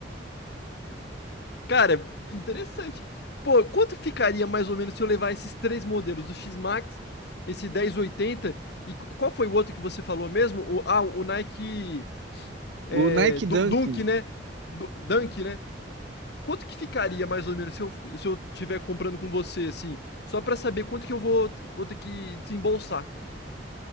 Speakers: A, on the left; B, on the right.
A: Cara, interessante. Pô, quanto ficaria mais ou menos se eu levar esses três modelos, o X-Max, esse 1080 e qu- qual foi o outro que você falou mesmo? O, ah, o Nike é,
B: o Nike
A: Du-
B: Dunkin.
A: Dunk, né? Du- Dunk, né? Quanto que ficaria mais ou menos se eu, se eu tiver comprando com você, assim? Só pra saber quanto que eu vou, vou ter que desembolsar.